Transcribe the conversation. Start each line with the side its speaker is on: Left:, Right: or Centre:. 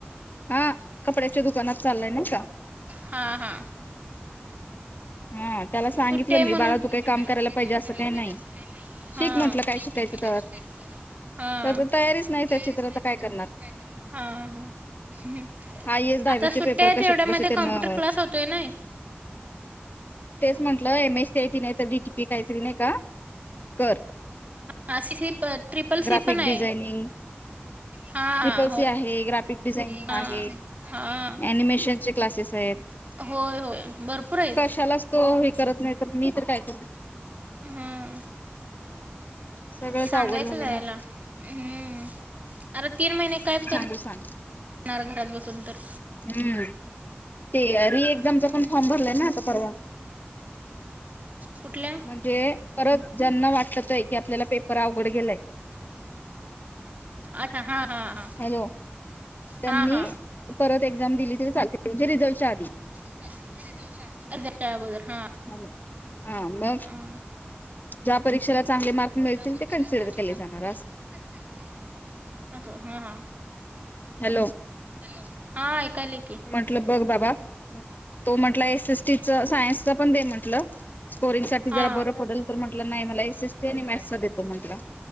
Left: हा. कपड्याच्या दुकानात चाललाय नवं का.
Right: हा हा.
Left: हा. त्याला सांगितलं
Right: सुट्टे आहे
Left: मी
Right: म्हणून,,
Left: बाळा तू काही काम
Right: बाळा
Left: करायला
Right: तु
Left: पाहिजे
Right: काम
Left: असं
Right: करायला
Left: काही
Right: पाहिजे
Left: नाही.
Right: असं काही नाही,
Left: शिक
Right: हा,
Left: म्हटलं काय
Right: शिक
Left: शिकायचं
Right: म्हटलं काय
Left: तर.
Right: शिकायचं हा,,
Left: तर तयारीच
Right: बाकी
Left: नाही त्याची
Right: तयारीच
Left: तर आता
Right: नाही
Left: काय
Right: त्याची
Left: करणार?
Right: तर आता काय करणार, हा हा.
Left: हा येस दहावीचे
Right: आता सुट्ट्या
Left: पेपर
Right: आहे
Left: कसे
Right: तेवढ्यामध्ये
Left: बसे त्यांना
Right: कॉम्प्युटर क्लास होतोय नाय.
Left: म्हंटलं M S C I T नाही तर डीटीपी काहीतरी नाही का,, कर.
Right: हा सी सी पण ट्रिपल
Left: ग्राफिक
Right: सी पण आहे.
Left: डिझायनिंग
Right: हा
Left: ट्रिपल सी
Right: होय,,
Left: आहे, ग्राफिक डिझायनिंग
Right: हा
Left: आहे.
Right: हा
Left: अनिमेशनचे क्लासेस आहेत.
Right: होय होय, भरपूर आहेत.
Left: कशालाच तो हे करत नाही तर मी तर काय करू.
Right: हां.
Left: सगळंच
Right: सांगायचं
Left: अवघड झालंय
Right: जायला,,
Left: माझं
Right: हम्म,, अरे तीन महिने काय करणार
Left: तू सांग
Right: होणार घरात बसून तर.
Left: हम्म,, ते रि एक्झामचा
Right: हम्म
Left: पण फॉर्म भरलाय ना आता परवा
Right: कुठल्या?
Left: जे परत ज्यांना वाटतय की, आपल्याला पेपर अवघड गेलाय
Right: अच्छा हा हा हा.
Left: हॅलो त्यांनी,
Right: हा हा
Left: परत एक्झाम दिली तर चालतय, म्हणजे रिझल्टच्या आधी
Right: म्हणजे रिझल्टच्या अगोदर,, हां.
Left: ह हा मग,
Right: हां
Left: ज्या परीक्षेला चांगले मार्क मिळतील
Right: ज्या परीक्षेला
Left: ते कन्सिडर
Right: चांगले
Left: केले
Right: मार्क
Left: जाणार
Right: पडतील
Left: अस
Right: ते कनसिडर केले जाते असं असं,, हा हा
Left: हॅलो
Right: हॅलो हा ऐकाले की
Left: टलं बघ बाबा, तो म्हटला एस एस टी च सायन्सच पण दे म्हटलं,, स्टोरेजसाठी ते
Right: हां
Left: जरा बरं पडल,, तर म्हटलं नाही मला एस एसटी आणि मॅथ्सच देतो म्हंटला.